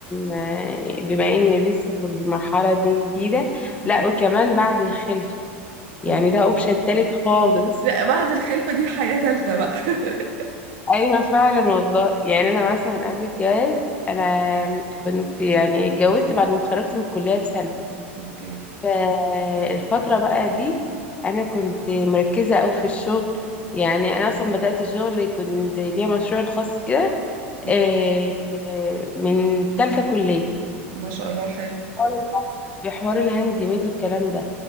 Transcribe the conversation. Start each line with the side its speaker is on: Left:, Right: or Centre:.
Left: آه، بما اني لسه في المرحلة دي جديدة
Right: مم.
Left: لا وكمان بعد الخلفة يعني
Right: أوه.
Left: ده اوبشن تالت خالص
Right: لا بعد الخلفة دي حياة تالتة بقى <laughs>
Left: ايوه فعلا والله يعني انا مثلا قبل الجواز انا كنت يعني اتجوزت بعد ما اتخرجت من الكلية بسنة
Right: اوكي
Left: فالفترة بقى دي انا كنت مركزة اوي في الشغل يعني انا اصلا بدأت شغلي كنت ليا مشروع الخاص كده
Right: مم.
Left: آه، آه، من تالتة كلية
Right: ما شاء الله حلو
Left: حوار في حوار الهاند ميد والكلام ده